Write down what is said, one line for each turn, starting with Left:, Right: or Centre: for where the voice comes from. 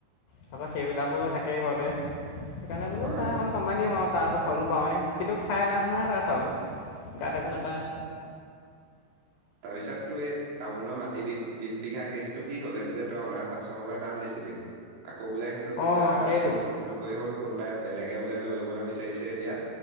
Left: তাৰপাৰ সেইবিলাকো থাকে ঘৰতে সেইকাৰণে বোলো
Right: হয়
Left: নাই।
Right: বাৰু
Left: কমাই দিম আৰু তাৰপ চাউলো পাওঁৱেই। কিন্তু খাই লাভ নাই তাৰ চাউল গাত একো নাপায়।
Right: তাৰপিছততো এই টাউনৰ মাটি বি বিছ বিঘা কেচটো কি হ'ল। সেইটো যে তই অনাথ আশ্ৰমলৈ দান দিছিলি। আকৌ বোলে সেইটোত
Left: অঁ
Right: কিবা
Left: সেইটো
Right: দুই নম্বৰী হ'ল, কোনোবাই বেলেগে বোলে লৈ ল'বলৈ বিচাৰিছে এতিয়া।